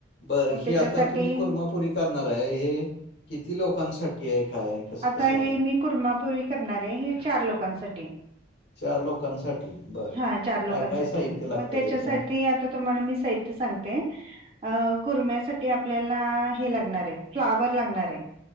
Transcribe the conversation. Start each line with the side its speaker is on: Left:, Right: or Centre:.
Left: बर. ही
Right: मग त्याच्यासाठी
Left: आता तुम्ही कुरमापुरी करणार आहे, हे किती लोकांसाठी आहे काय? कसं
Right: आता
Left: कसं
Right: हे
Left: आहे
Right: मी कुर्मापूर्वी करणार आहे हे चार लोकांसाठी.
Left: चार लोकांसाठी बर
Right: हा चार लोकांसाठी.
Left: काय काय साहित्य
Right: मग
Left: लागतं
Right: त्याच्यासाठी
Left: त्याचं
Right: आ ता तुम्हला मी साहित्य सांगते, अं, कुर्म्यासाठी आपल्याला हे लागणार आहे, फ्लावर लागणार आहे.